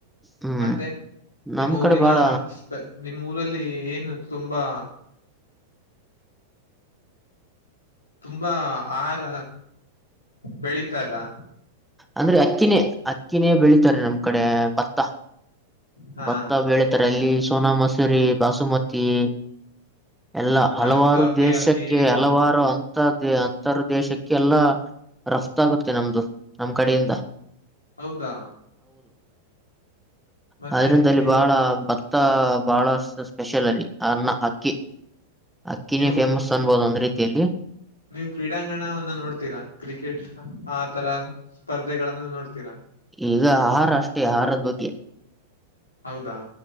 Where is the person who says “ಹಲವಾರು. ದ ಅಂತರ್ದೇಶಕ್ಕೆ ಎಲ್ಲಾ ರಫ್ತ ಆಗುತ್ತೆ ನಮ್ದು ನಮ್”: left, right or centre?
Centre